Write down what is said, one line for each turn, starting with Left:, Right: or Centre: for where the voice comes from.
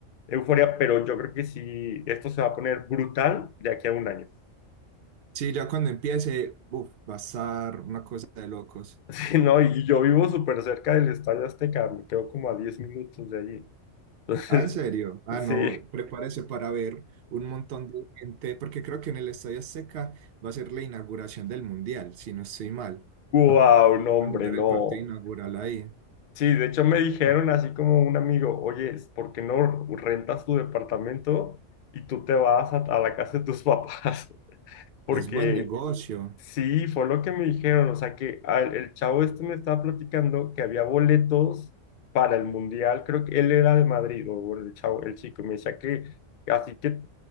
Left: euforia, pero yo creo que sí, esto se va a poner brutal de aquí a un año. <laughs>
Right: Sí, ya cuando empiece, uf, va a estar una cosa de locos.
Left: Sí, no, y yo vivo súper cerca del Estadio Azteca, me quedo como a 10 minutos de allí. Entonces,
Right: Ah, ¿en serio? Ah,
Left: <laughs> sí,
Right: no, prepárese para ver un montón de gente, porque creo que en el Estadio Azteca va a ser la inauguración del Mundial, si no estoy mal.
Left: wow, no, hombre,
Right: a jugar
Left: no.
Right: el partido inaugural ahí.
Left: Sí, de hecho me dijeron así como un amigo, oye, ¿por qué no rentas tu departamento y tú te vas a, a la casa de tus papás? <laughs> Porque
Right: Es buen negocio.
Left: Sí, fue lo que me dijeron, o sea que al- el chavo este me estaba platicando que había boletos para el mundial, creo que él era de Madrid, o bueno, el chavo, el chico, y me decía que así que,